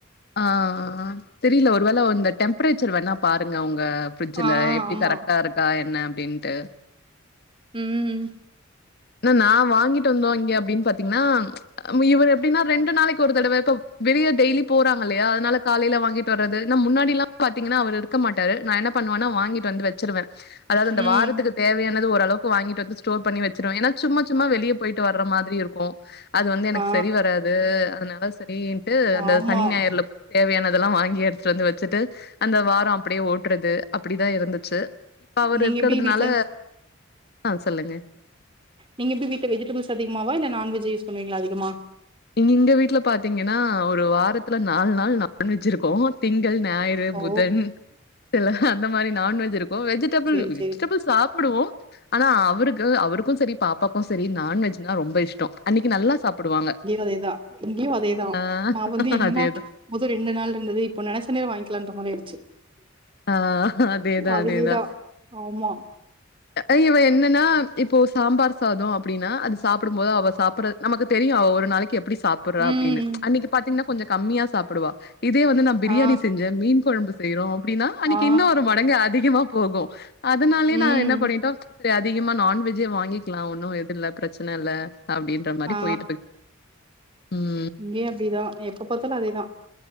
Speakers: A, on the left; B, on the right.
A: ஆ ஆ ஆ தெரில ஒரு வேள இந்த டெம்பரேச்சர் வேணா பாருங்க உங் க ஃப்ரிட்ஜுல
B: ஆ
A: எப்டி
B: ஆமா.
A: கரெக்டா இருக்கா என்ன அப்டின்ட்டு
B: ம்
A: ல நா வாங்கிட்டு வந்தோ இங்க அப்டின் பாத்தீங்னா மி இவர் எப்டின்னா ரெண்டு நாளைக்கு ஒரு தடவ இப்ப வெளில டெய்லி போறாங்கல்லயா அத்னால காலில வாங்கிட்டு வர்றது ஏனா முன்னாடில்லா பாத்தீங்னா அவரு இருக்க மாட்டாரு நா என்ன பண்வேனா வாங்கிட்டு வந்து வச்சுருவே அதாது இந்த
B: ம்.
A: வாரத்துக்கு தேவையானது ஓரளவுக்கு வாங்கிட்டு வந்து ஸ்டோர் பண்ணி வச்சுருவே ஏனா சும்மா சும்மா வெளிய போய்ட்டு வர்ற மாத்ரி இருக்கு அது வந்து எனக்கு
B: ஆ
A: செரி வராது அதனால செரின்ட்டு அந்த
B: ஆமா.
A: சனி ஞாயிறுலப் தேவையானத் துலா வாங்கி எடுத்துட்டு வந்து வச்சுட்டு அந்த வாரோ அப்டியே ஓட்டுறது அப்டிதா இருந்துச்சு இப்ப அவரு
B: நீங்க
A: இருக்கற்துனால
B: எப்டி வீட்ல
A: ஆ சொல்லுங்க
B: நீங்க எப்டி வீட்ட வெஜிடபிள்ஸ் அதிகமாவா இல்ல நான்வெஜ் யூஸ் பண்ணுவீங்ளா அதிகமா
A: இங் இங்க வீட்ல பாத்தீங்கன்னா ஒரு வாரத்துல நால் நாள் நான்வெஜ் இருக்கூ திங் கள் ஞாயிறு
B: ஓ!
A: புதன் எலா அந்த மாரி நான்வெஜ் இருக்கூ வெஜிடபிள்
B: சரி, சரி.
A: வெஜிடபிள் சாப்புடுவோ ஆனா அவருக்கு அவருக்கூ செரி பாப்பாக்கூ செரி நான்வெஜ்னா ரொம்ப இஷ்டோ அன்னிக்கு நல்லா சாப்புடுவாங்க
B: அதேதா இங்கயு அதேதா
A: ஆ
B: நா வந்து என்னன்னா
A: அதேதா
B: முதல் ரெண்டு நாள் இருந்தது இப்ப நெனச்சோனே வாங்கிக்லான்ட்ற மலேர்ச்சு
A: ஆ அதேதா
B: அதேதான்.
A: அதேதா
B: ஆமா.
A: அ இவ என் னன்னா இப்போ சாம்பார் சாதோ அப்டினா அது சாப்டும்போது அவ சாப்ற நமக்கு தெரியு அவ ஒ நாளைக்கு எப்டி சாப்புர்றா
B: ம்.
A: அப்டினு அன்னிக்கு பாத்தீங்னா கொஞ்சோ கம்மியா சாப்புடுவா இதே வந்து நா பிரியாணி
B: ஆ,
A: செஞ்சே மீன் கொழம்பு செய்றோ அப்டின்னா அன்னிக்கு
B: ஆ.
A: இன்னொரு மடங்கு அதிகமா போகூ அதுனாலயே
B: ம்.
A: நா என்ன பண்ணிட்டோ செரி அதிகமா நான்வெஜ்ஜே வாங்கிக்லா ஒன்னூ எது இல்ல ப்ரச்சன இல்ல அப்டின்ற மாரி
B: ஆ
A: போயிட்ருக்கு ம்
B: இங்கேயு அப்டிதா எப்ப பாத்தாலு அதேதா